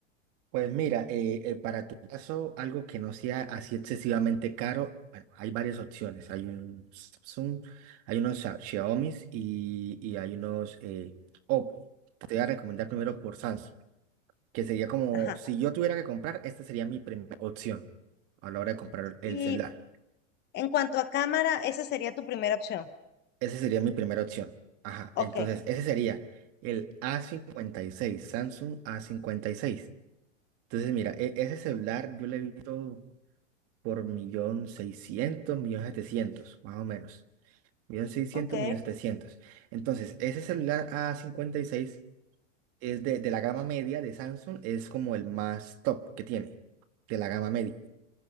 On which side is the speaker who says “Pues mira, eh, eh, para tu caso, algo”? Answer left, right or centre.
Right